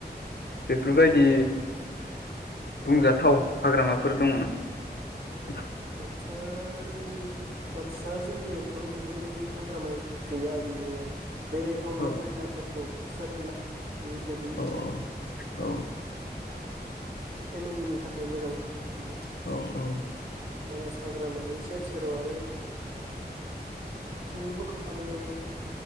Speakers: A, on the left (about 70°); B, on the right (about 65°).
A: बेफोरबायदि बुंजाथाव हाग्रामाफोर दङ नामा?
B: बाक्सा एरि बाक्सा जिल्लायावथ बेफोरबायदि हाग्राामा गैया गैनाया। बेरायथावना
A: औ
B: जायगाफोर दं। फिसा फिनला बेफोरबायदिनो
A: औ औ
B: फेमिलिनि थाखाय मोजां। बिदि
A: औ औ
B: मानास हाग्रामानि सेर सेराव आरो सुबुंफोरखौ थानाय नुयो।